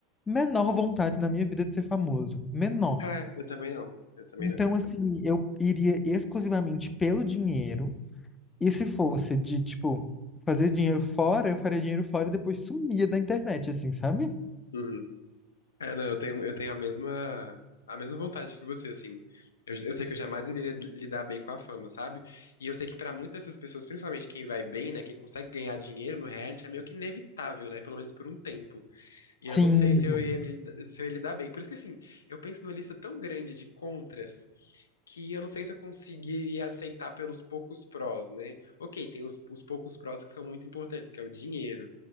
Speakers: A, on the left (about 15°); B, on the left (about 85°).
A: menor vontade na minha vida de ser famoso. Menor.
B: É, eu também não. Eu também
A: Então,
B: não.
A: assim, eu iria exclusivamente pelo dinheiro E se fosse de, tipo, fazer dinheiro fora, eu faria dinheiro fora e depois sumia da internet, assim, sabe? Tipo,
B: Uhum. É, não, eu tenho, eu tenho a mesma, a mesma vontade que você, assim. Eu, eu sei que eu jamais iria lidar bem com a fama, sabe? E eu sei que pra muitas dessas pessoas, principalmente quem vai bem, né, quem consegue ganhar dinheiro no reality, é meio que inevitável, né? Pelo menos por um tempo. E
A: Sim,
B: eu não sei se eu ia, me se eu ia lidar bem. Por isso que, assim, eu penso numa lista tão grande de contras que eu não sei se eu conseguiria aceitar pelos poucos prós, né? Ok, tem os, os poucos prós que são muito importantes, que é o dinheiro.